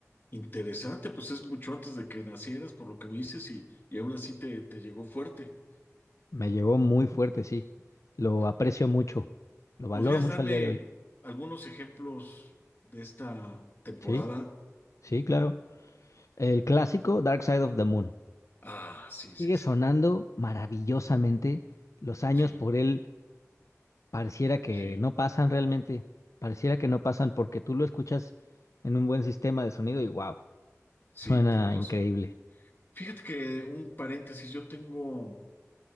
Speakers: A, on the left (about 40°); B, on the left (about 70°).
A: interesante, pues es mucho antes de que nacieras, por lo que me dices, y, y aún así te, te llegó fuerte.
B: Me llevó muy fuerte, sí. Lo aprecio
A: O-
B: mucho, lo
A: ¿Podrías
B: valoro mucho
A: darme
B: al Mm. día de hoy.
A: algunos ejemplos de esta temporada?
B: Sí, sí, claro. El clásico Dark Side of the Moon
A: Ah, sí, sí,
B: sigue
A: sí,
B: sonando maravillosamente. Los años
A: sí,
B: por él pareciera que
A: sí,
B: no pasan realmente, pareciera que no pasan porque tú lo escuchas en un buen sistema de sonido y wow,
A: sí,
B: suena
A: tienes razón.
B: increíble.
A: Fíjate que un paréntesis, yo tengo,